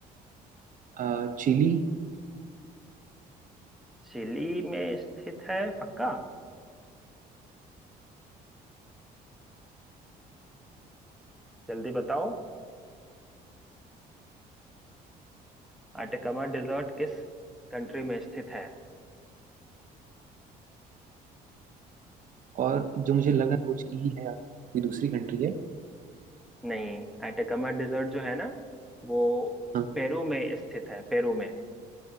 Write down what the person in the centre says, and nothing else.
चिली में स्थित है पक्का जल्दी बताओ एटाकामा डेजर्ट किस कंट्री में स्थित है
नहीं आइटकमा डिजर्ट जो है ना वो
पेरू में स्थित है पेरू में